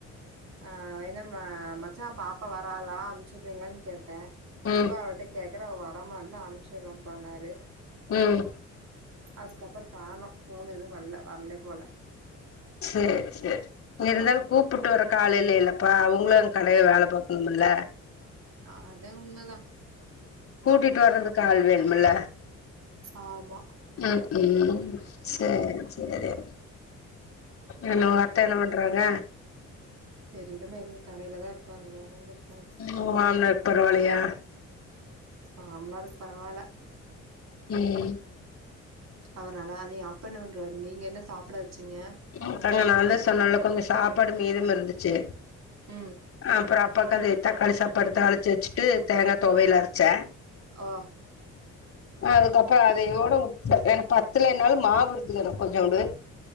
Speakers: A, on the right; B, on the left.
A: ஆ என்ன ம மச்சா பாப்பா வராலா அம்ச்சுவுர்றீங்ளான் கேட்டே
B: ம்
A: இருப்பா அவட்ட கேக்குறே அவ வரமாற்னா அம்ச்சுர்றேப்பானாறு
B: ம்
A: அதுக்கப்பற் காணோ ஃபோண் எது வல்ல வரலே போல
B: சேர் சேர் இருந்தாலு கூப்புட்டு வரக்காளேலே இல்லப்பா உங்ளுன் கடைல வேல பாக்கணுமுல்ல
A: ஆத உண்மதா
B: கூட்டிட்டு வர்றதுக்கு ஆள் வேணுமில்ல
A: ஆமா
B: ம் ம் சேர் சேரி என்ன உ அத்த என்ன பண்றாங்க
A: தெரிலமே எங்க கடய்லதா இருப்பாங்க வேற எங்க இருப்பாங்
B: ஒங்க மாமனார்க்கு பரவாலயா
A: மாமனாருக்கு பரவால்ல
B: ம்
A: அவர் நல்லாதே அப்ப என்ன பண்றாரு நீங்க என்ன சாப்புட வச்சீங்க
B: க்காங்க நா தா சொன்னேல கொஞ்ச சாப்பாடு மீதம் இருந்துச்சு
A: ம்
B: அப்ற அப்பாக்கு அந்தது தக்காளி சாப்பாடு தாளிச்சு வச்சுட்டு தேங்கா தொவயல் அரச்சே
A: ஓ
B: அதுக்கப்பற அத இதோட வுட்டே எனக்கு பத்தலைனாலு மாவு இருக்குல எனக்கு கொஞ்சோண்டு